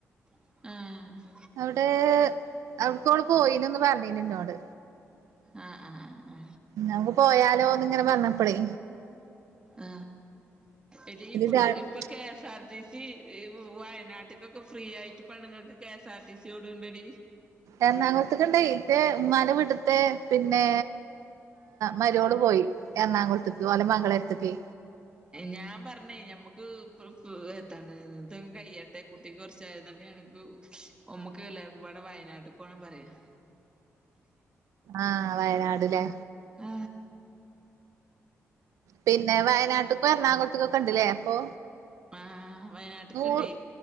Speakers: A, on the right; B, on the right.
A: ആ
B: അവിടെ അവിക്കോള് പോയിണ് എന്ന് പറഞ്ഞീനീന്നോട്
A: ആ ആ ആ ആ
B: നമക്ക് പോയാലോന്ന് ഇങ്ങനെ പറഞ്ഞപ്പളെ
A: ആ എടി ഇപ്പൊ
B: ചാടി
A: ഇപ്പൊ K S R T C വയനാട്ട് ക്ക് ഫ്രീ ആയിട്ട് പെണുങ്ങൾക്ക് K S R T C ഓട്ണ്ടെഡി
B: എറണാകുളത്ത്ക്കും ഇണ്ടേ ന്റെ ഉമ്മാന്റെ വിട്ട്ത്തെ പിന്നെ മരിയോൾ പോയി എറണാകുളത്തേക്ക് ഓലെ മകളടുത്തേക്കെ
A: ഞാൻ പറഞ്ഞേ ഞമ്മക്ക് ഇ പ് പ് ഏതാണ് ഇതൊക്കെ കഴിയട്ടെ കുട്ടിക്ക് കൊറച്ചായിട്ട് ങ്ങക്ക് നമുക്ക് എല്ലാവർക്കും ഇപടെ വയനാട്ട്ക്ക്പോണം പറയും
B: ആ വയനാട്ല്ലേ
A: ആ
B: പിന്നെ വയനാട്ട്ക്കും എറണാകുളത്തക്കൊക്കെ ഇണ്ട്ല്ലേ അപ്പൊ
A: ആഹ് വയനാട്ട്ക്ക്ണ്ടേ
B: നൂറ്